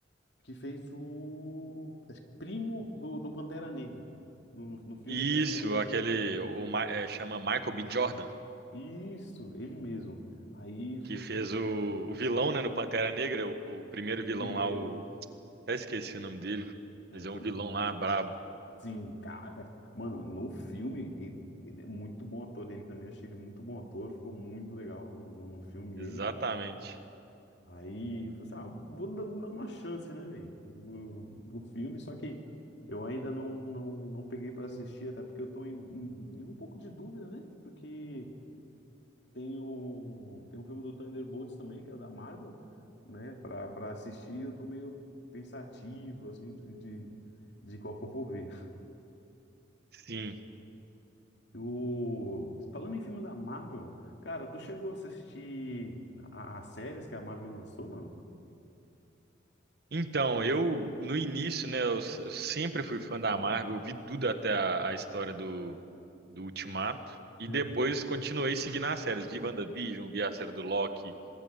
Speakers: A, on the left (about 65°); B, on the right (about 55°).
A: que fez o acho que primo do, do Pantera Negra. No, no filme
B: Isso,
A: ele faz o primo
B: aquele
A: do Pantera Negra.
B: o, Ma- é, chama Michael B. Jordan,
A: Isso, ele mesmo. Aí, você,
B: que fez o, o vilão, né, no Pantera Negra, o, o primeiro
A: o
B: vilão
A: primeiro.
B: lá, o até esqueci o nome dele,
A: É,
B: mas
A: eu
B: é
A: também.
B: um vilão lá brabo.
A: Sim, caraca. Mano, no filme, ele, ele é muito bom ator. Ele também achei ele muito bom ator. Ficou muito legal no, no, no filme
B: Exatamente.
A: ele. Aí eu falei assim, ah, vou dar dar uma chance, né, velho? Do, do filme, só que eu ainda não, não, não peguei pra assistir, até porque eu tô em, em- em um pouco de dúvida, né? Porque tem o, tem o filme do Thunderbolts também, que é o da Marvel, né? Pra, pra assistir, eu tô meio pensativo, assim, de, de, de qual que eu vou ver.
B: Sim.
A: O... Falando em filme da Marvel, cara, tu chegou a assistir a- a- as séries que a Marvel lançou, mano?
B: Então, eu no início, né, eu, eu sempre fui fã da Marvel, eu vi tudo até a, a história do, do Ultimato e
A: Uhum.
B: depois continuei seguindo as séries, vi WandaVision, vi a série do Loki,